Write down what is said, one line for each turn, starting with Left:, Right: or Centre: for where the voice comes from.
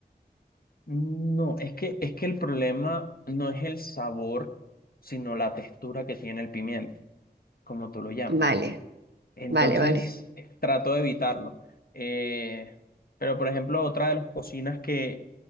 Left: No, es que, es que el problema no es el sabor, sino la textura que tiene el pimiento, como tú lo llamas.
Right: Vale.
Left: Entonces,
Right: Vale, vale.
Left: eh, trato de evitarlo. Eh, pero, por ejemplo, otra de las cocinas que,